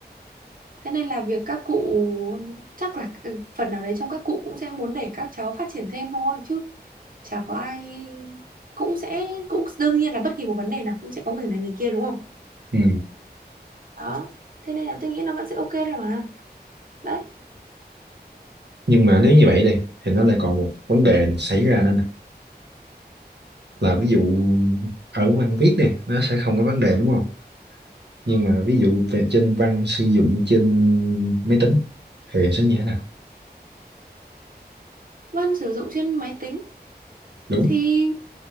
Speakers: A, on the right; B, on the right.
A: thế nên là việc các cụ chắc là cái phần nào đấy trong các cụ cũng sẽ muốn để các cháu phát triển thêm thôi chứ chả có ai cũng sẽ cũng đương nhiên là bất kỳ một vấn đề nào cũng sẽ có người này người kia đúng không
B: ừ
A: đó thế nên là tôi nghĩ nó vẫn sẽ ok thôi mà đấy
B: nhưng mà nếu như vậy đi thì nó lại còn một vấn đề xảy ra nữa nè là ví dụ ở văn viết này nó sẽ không có vấn đề đúng không nhưng
A: ừ.
B: mà ví dụ về trên văn sử dụng trên máy tính thì sẽ như thế nào
A: Vân sử dụng trên máy tính
B: đúng
A: thì